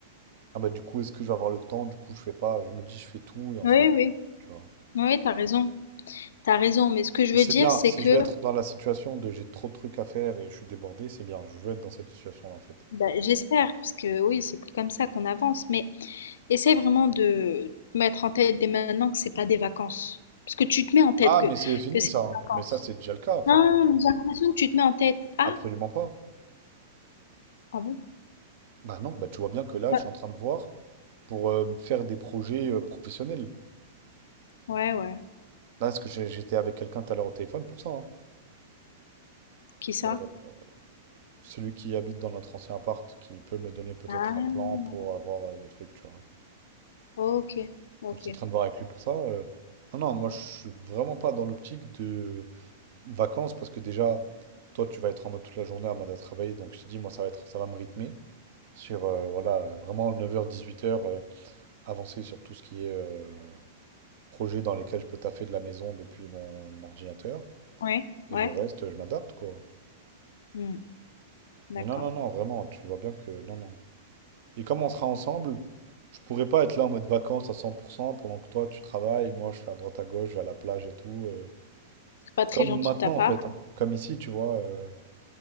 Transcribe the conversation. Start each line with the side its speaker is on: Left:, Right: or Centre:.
Right: ah bah du coup, est-ce que je vais avoir le temps? Du coup, je fais pas. Je me dis, je fais tout et ensuite,
Left: Oui, oui.
Right: tu vois.
Left: Oui, t'as raison, t'as raison, mais ce que je
Right: Et
Left: veux
Right: c'est
Left: dire,
Right: bien,
Left: c'est
Right: si
Left: que
Right: je vais être dans la situation de j'ai trop de trucs à faire et je suis débordé, c'est bien, je veux être dans cette situation-là en fait.
Left: bah, j'espère, parce que oui, c'est comme ça qu'on avance, mais essaie vraiment de te mettre en tête dès maintenant que c'est pas des vacances. Parce que tu te mets en tête
Right: Ah,
Left: que
Right: mais c'est fini
Left: que c'est
Right: ça,
Left: des
Right: hein.
Left: vacances.
Right: Mais ça c'est déjà le cas, enfin,
Left: Non, mais j'ai l'impression que tu te mets en tête ah!
Right: absolument pas.
Left: Ah bon?
Right: Bah non, bah tu vois bien que là,
Left: Ouais.
Right: je suis en train de voir pour euh, faire des projets euh, professionnels.
Left: Ouais, ouais.
Right: Là, parce que j'ai- j'étais avec quelqu'un tout à l'heure au téléphone pour ça, hein.
Left: Qui ça?
Right: Euh, celui qui habite dans notre ancien appart, qui peut me donner peut-être
Left: Ah!
Right: un plan pour avoir euh, le truc, tu vois.
Left: OK, OK.
Right: Donc je suis en train de voir avec lui pour ça. euh. Non, non, moi je suis vraiment pas dans l'optique de vacances parce que déjà, toi, tu vas être en mode toute la journée en mode à travailler. Donc, je te dis, moi, ça va être, ça va me rythmer sur euh, voilà, euh, vraiment neuf heures dix-huit heures euh, avancer sur tout ce qui est euh, projet dans lesquels je peux taffer de la maison depuis mon ordinateur.
Left: Ouais,
Right: Et
Left: ouais.
Right: le reste, je m'adapte, quoi.
Left: Mmh, d'accord.
Right: Mais non, non, non, vraiment, tu vois bien que non, non. Et comme on sera ensemble, je pourrais pas être là en mode vacances à 100% pendant que toi, tu travailles, moi, je suis à droite à gauche, je vais à la plage et tout. euh,
Left: Pas très
Right: comme
Left: gentil
Right: maintenant,
Left: de ta part,
Right: en fait. hein. Comme ici, tu vois. euh,